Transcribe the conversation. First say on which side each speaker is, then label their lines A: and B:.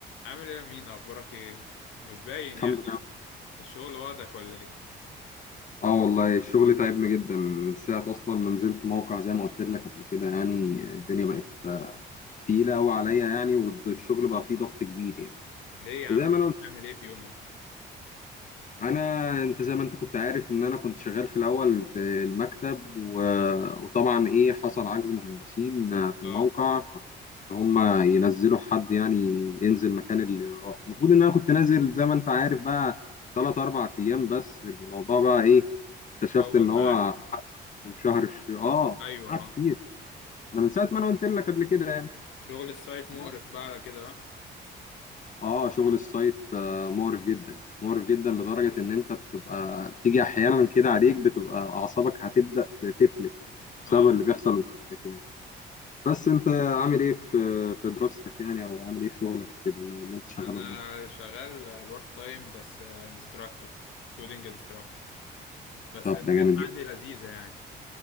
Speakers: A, on the left; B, on the left.
A: عامل ايه يا مين اخبارك ايه مش باين
B: الحمد
A: يعني
B: لله
A: يا ابني. الشغل واخدك ولا ايه
B: اه والله الشغل تعبنا جدا من ساعة أصلا ما نزلت موقع زي ما قلت لك قبل كده يعني الدنيا بقت تقيلة أوي عليا يعني والشغل بقى فيه ضغط كبير يعني
A: ليه يا عم
B: زي
A: بتعمل
B: ما أنا
A: ايه في يومك
B: انا انت زي ما انت كنت عارف ان انا كنت شغال في الاول في المكتب و... وطبعا ايه حصل عجز مهندسين في الموقع
A: اه
B: فهم ينزلوا حد يعني ينزل مكان اللي راح المفروض ان انا كنت نازل زي ما انت عارف بقى ثلاث اربع ايام بس الموضوع بقى ايه اكتشفت
A: اول
B: ان هو
A: معاه
B: شهر اه
A: ايوه
B: قعد
A: اه
B: كتير انا من ساعه ما انا قلت لك قبل كده يعني
A: شغل السايت مقرف
B: بس
A: بقى على كده ها؟
B: اه شغل السايت آه، مقرف جدا مقرف جدا لدرجة ان انت بتبقى بتيجي احيانا كده عليك بتبقى اعصابك هتبدأ تفلت
A: اه
B: بسبب اللي بيحصل قدامك يعني بس انت عامل ايه في في دراستك يعني او عامل ايه في شغلك اللي انت شغاله
A: انا
B: جنب الشغل؟
A: شغال بارت تايم بس انستراكتور كودينج انستراكتور بس
B: طب
A: الدنيا
B: ده جامد
A: عندي
B: جدا
A: لذيذه يعني